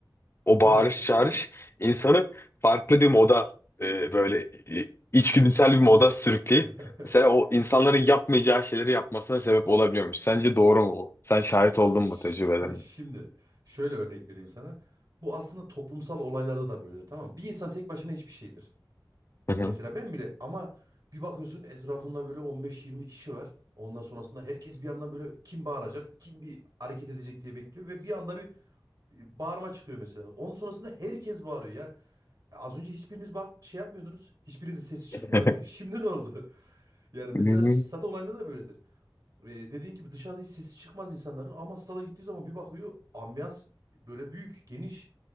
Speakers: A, on the left (about 30°); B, on the right (about 50°).
A: o
B: Onu
A: bağırış
B: da etkiliyor.
A: çağırış insanı farklı bir moda e, böyle e, içgüdüsel bir moda sürükleyip
B: <laughs>
A: mesela o insanların yapmayacağı şeyleri yapmasına sebep olabiliyormuş. Sence doğru mu bu? Sen şahit oldun
B: Bak ş-
A: mu tecrübelerin?
B: <laughs> şimdi şöyle örnek vereyim sana. Bu aslında toplumsal olaylarda da böyledir tamam mı? Bir insan tek başına hiçbir şeydir.
A: Hı hı.
B: Mesela ben bile ama bir bakıyorsun etrafında böyle 15-20 kişi var. Ondan sonrasında herkes bir yandan böyle kim bağıracak, kim bir hareket edecek diye bekliyor. Ve bir anda bir e, bağırma çıkıyor mesela. Onun sonrasında herkes bağırıyor ya. E, Az önce hiçbiriniz bak şey yapmıyordunuz. Hiçbirinizin sesi
A: <laughs>
B: çıkmıyordu. <laughs> Şimdi ne oldu? <laughs> Yani mesela
A: Hı hı.
B: stat olayında da böyledir. E, dediğin gibi dışarıda hiç sesi çıkmaz insanların ama stada gittiği zaman bir bakıyor ambiyans böyle büyük, geniş.